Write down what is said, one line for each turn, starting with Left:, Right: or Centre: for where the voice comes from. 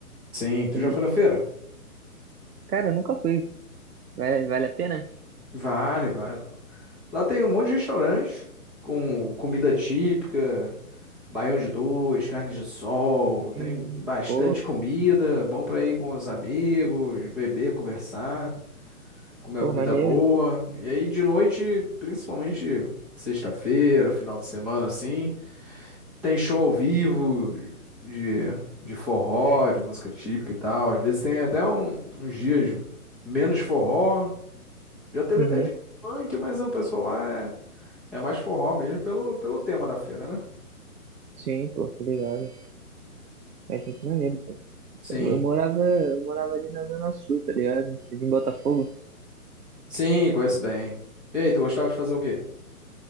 Centre: Sim, tu
Right: Mas,
Centre: já foi na feira?
Right: Cara, eu nunca fui. Vale, vale a pena?
Centre: Vale, vale. Lá tem um monte de restaurantes com comida típica, baião de dois, carne de sol, tem
Right: Hum,
Centre: bastante
Right: pô,
Centre: comida, bom pra ir com os amigos, beber, conversar, comer
Right: pô,
Centre: uma comida
Right: maneiro.
Centre: boa. E aí de noite, principalmente sexta-feira, final de semana assim, Tem show ao vivo de, de forró, de música típica e tal. Às vezes tem até um- uns dias menos forró. Já teve
Right: Uhum.
Centre: até de funk, mas o pessoal lá é, é mais forró mesmo pelo, pelo tema da feira, né?
Right: Sim, pô, tô ligado. Mas muito maneiro, pô.
Centre: Sim.
Right: Eu, eu morava, eu morava ali na Zona Sul, tá ligado? Ali Em Botafogo.
Centre: Sim, conheço bem. E aí, tu gostava de fazer o quê?